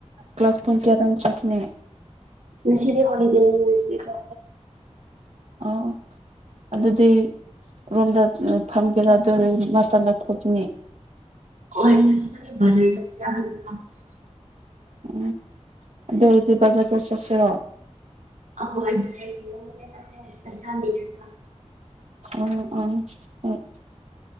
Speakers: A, on the right; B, on the right.
A: ꯀ꯭ꯂꯥꯁ ꯄꯨꯡ ꯀꯌꯥ ꯆꯀꯤꯅꯦ
B: ꯁꯤꯔꯤ ꯍꯣꯂꯤꯗꯦꯅꯤꯁꯤ ꯀ꯭ꯂ
A: ꯑꯣ ꯑꯗꯨꯗꯤ ꯔꯣꯝꯗ ꯐꯝꯒꯦꯔꯥ ꯑꯗꯨ ꯃꯇꯝꯗ ꯊꯣꯛꯈꯤꯅꯤ
B: ꯑꯩꯅ ꯁꯤꯗ ꯆꯠꯁꯤꯔ
A: ꯎꯝ ꯑꯗꯨꯔꯗꯤ ꯕꯖꯔꯗ ꯆꯠꯁꯤꯔꯣ
B: ꯑꯋꯥ ꯗ꯭ꯔꯦꯁꯁꯤ ꯄꯩꯁꯥ ꯀ
A: ꯎꯝ ꯎꯝ ꯍꫭꯏ